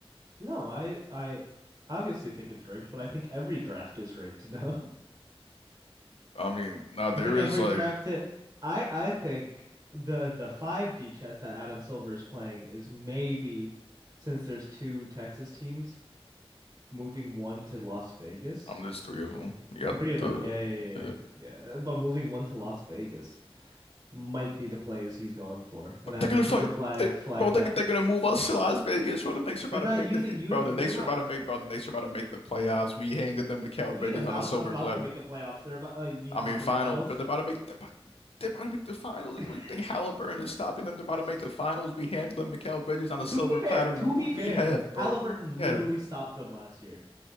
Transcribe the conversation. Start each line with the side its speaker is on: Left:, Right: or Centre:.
Right: No, I I obviously think it's rigged, but I think every draft is rigged <laughs> now.
Left: I mean, now there
Right: I think every
Left: is like
Right: draft it, I I think the the 5D chess that Adam Silver is playing is maybe since there's two Texas teams moving one to Las Vegas.
Left: I'm there's three of them. You got
Right: Three of
Left: the
Right: them. Yeah, yeah, yeah,
Left: uh,
Right: yeah. Yeah, Uh, but moving one to Las Vegas might be the plays he's going for and
Left: but
Right: having
Left: they're gonna
Right: Cooper
Left: fuck
Right: flag
Left: they,
Right: flag
Left: bro, they,
Right: that.
Left: they're gonna move us to Las Vegas, bro. The Knicks are about
Right: They're not
Left: to make
Right: using
Left: the
Right: you
Left: bro, the
Right: they're
Left: Knicks
Right: not
Left: are about to make bro, the Knicks are about to make the playoffs. We handed them Mikal
Right: what do you
Left: Bridges
Right: mean about
Left: on a silver
Right: about
Left: platter.
Right: to make the playoffs? They're about uh, you mean
Left: I
Right: conference
Left: mean, final,
Right: finals?
Left: but they're about to make they're about, they're about to make the finals. Like,
Right: <laughs>
Left: what do you think Halliburton is stopping them? They're about to make the finals. We handle them Mikal Bridges on a silver
Right: To be fair,
Left: platter.
Right: to
Left: Well, who
Right: be
Left: do
Right: fair,
Left: we have, bro?
Right: Halliburton
Left: Who do we have?
Right: literally stopped them last year.